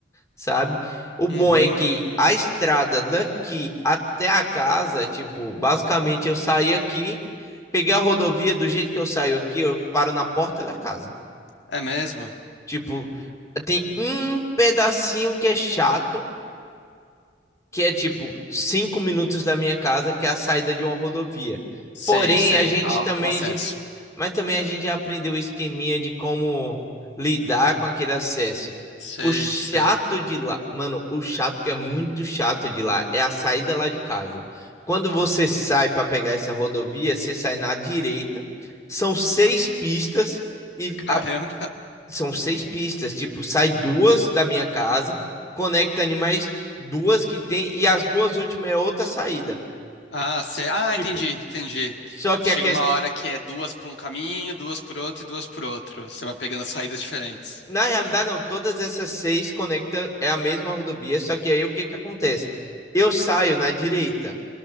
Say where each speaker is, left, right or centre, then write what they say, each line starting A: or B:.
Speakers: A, on the left; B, on the left.
A: sabe? O bom
B: uhum,
A: é que a estrada daqui até a casa, tipo, basicamente eu saí aqui, peguei a rodovia, do jeito que eu saio aqui, eu paro na porta da casa.
B: é mesmo?
A: Tipo, tem um pedacinho que é chato, que é tipo cinco minutos da minha casa, que é a saída de uma rodovia.
B: Sei,
A: Porém,
B: sei,
A: a gente
B: ah,
A: também,
B: o acesso.
A: j- mas também a gente já aprendeu o esqueminha de como lidar com aquele acesso.
B: Sei,
A: O chato
B: sei.
A: de lá, mano, o chato que é muito chato de lá é a saída lá de casa. Quando você sai para pegar essa rodovia, você sai na direita, são seis pistas e
B: Caramba.
A: a são seis pistas, tipo, sai duas da minha casa, conecta animais duas que tem, e as duas últimas é outra saída.
B: Ah, cê... ah,
A: Tipo,
B: entendi, entendi.
A: só que
B: Chega
A: a questão.
B: uma hora que é duas por um caminho, duas por outro e duas por outro. Você vai pegando saídas diferentes.
A: Na realidade, não, todas essas seis conectam, é a mesma rodovia, só que aí o que que acontece? Eu saio na direita,